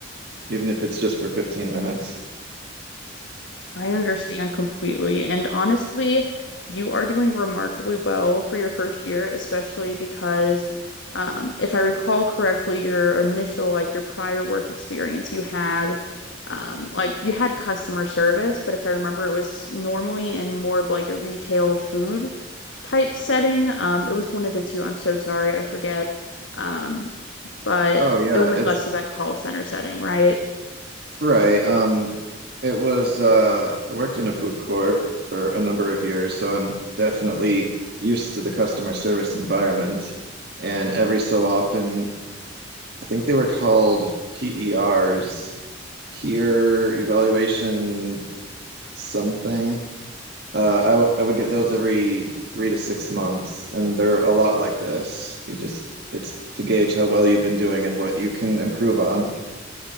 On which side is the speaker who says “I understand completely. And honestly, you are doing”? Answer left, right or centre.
Left